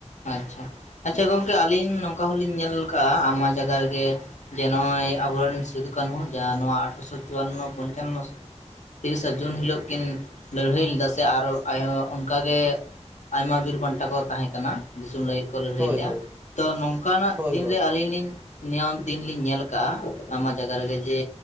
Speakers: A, on the left; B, on the right.
A: ᱟᱪᱪᱷᱟ, ᱟᱪᱪᱷᱟ ᱜᱚᱝᱠᱮ ᱟᱞᱤᱧ ᱱᱚᱝᱠᱟ ᱦᱚᱸ ᱞᱤᱧ ᱧᱮᱞ ᱟᱠᱟᱫᱟ ᱟᱭᱢᱟ ᱡᱟᱜᱟ ᱨᱮᱜᱮᱼᱼ ᱡᱮ ᱱᱚᱜᱼᱚᱭ ᱟᱵᱚᱨᱮᱱ ᱥᱤᱫᱩᱠᱱᱦᱩ ᱡᱟᱦᱟᱸ ᱱᱚᱣᱟ ᱟᱴᱷᱨᱚᱥᱚ ᱪᱩᱣᱟᱱᱱᱚ ᱯᱚᱧᱪᱟᱱᱱᱚᱼᱼ ᱛᱤᱨᱤᱥᱟ ᱡᱩᱱ ᱦᱤᱞᱳᱜ ᱠᱤᱱ ᱞᱟᱹᱲᱦᱟᱹᱭ ᱞᱮᱫᱟ ᱥᱮ ᱟᱨ ᱟᱡᱦᱚᱸ ᱚᱱᱠᱟᱜ ᱜᱮᱼᱼ ᱟᱭᱢᱟ ᱵᱤᱨ ᱵᱟᱱᱴᱟ ᱠᱚ ᱛᱟᱦᱮᱸ ᱠᱟᱱᱟ ᱫᱤᱥᱚᱢ ᱞᱟᱹᱜᱤᱫᱼᱼ ᱠᱚ ᱞᱟᱹᱲᱦᱟᱹᱭ
B: ᱦᱳᱭ
A: ᱞᱮᱼᱟ
B: ᱦᱳᱭ
A: ᱾ ᱛᱚ ᱱᱚᱝᱠᱟ ᱱᱟᱜ
B: ᱦᱳᱭ
A: ᱫᱤᱱᱨᱮ
B: ᱦᱳᱭ
A: ᱟᱹᱞᱤᱧ ᱞᱤᱧᱼᱼ ᱱᱤᱭᱚᱢ ᱫᱤᱱ ᱞᱤᱧ ᱧᱮᱞ ᱟᱠᱟᱫᱼᱟ ᱟᱭᱢᱟ ᱡᱟᱭᱜᱟ ᱨᱮᱜᱮ ᱡᱮᱼᱼ